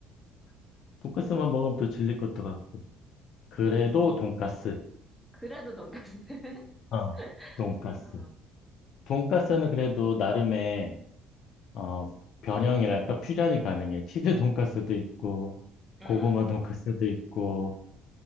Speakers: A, on the left; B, in the centre.
A: <laughs> 돈까스만 먹으면 또 질릴 것도 같고. 그래도
B: 음,
A: 돈가스,
B: 그래도 돈가스. <laughs>
A: 어, 돈가스.
B: 돈, 어.
A: 돈가스는 그래도 나름의 어, 변형이랄까 퓨전이 가능해. 치즈 돈가스도 있고
B: 응.
A: 고구마 돈가스도 있고